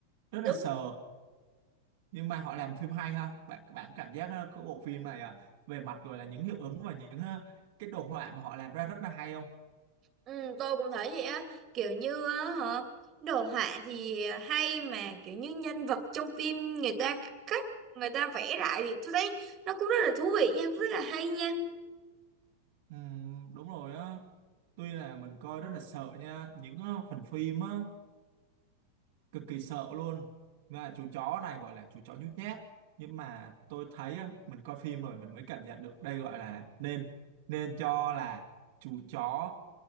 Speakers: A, on the right; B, on the right.
A: rất
B: đúng
A: là sợ nhưng mà họ làm phim hay ha bạn bạn cảm giác ờ, cái bộ phim này à, về mặt gọi là những hiệu ứng và những ờ, cái đồ họa mà họ làm ra rất là hay không
B: ừ, tôi cũng thấy vậy á kiểu như á hả đồ họa thì hay mà kiểu như nhân vật trong phim người ta khắc người ta vẽ lại thì tôi thấy nó cũng rất là thú vị nha cũng rất là hay nha
A: ừ, đúng rồi á tuy là mình coi rất là sợ nha những ờ, phần phim á cực kỳ sợ luôn và chú chó này gọi là chú chó nhút nhát nhưng mà tôi thấy á, mình coi phim rồi mình mới cảm nhận được đây gọi là nên nên cho là chú chó